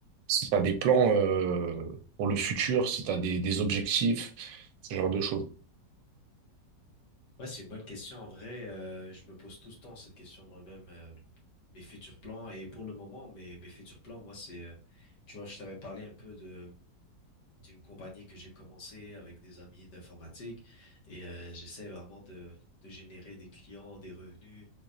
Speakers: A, on the right (about 75°); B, on the left (about 70°).
A: si t'as des plans euh, pour le futur, si t'as des, des objectifs, ce genre de choses.
B: Ouais, c'est une bonne question. En vrai, euh, je me pose tout ce temps cette question moi-même, euh, mes futurs plans. Et pour le moment, mes, mes futurs plans, moi, c'est, euh, tu vois, je t'avais parlé un peu de d'une compagnie que j'ai commencé avec des amis d'informatique et euh, j'essaie vraiment de, de générer des clients, des revenus.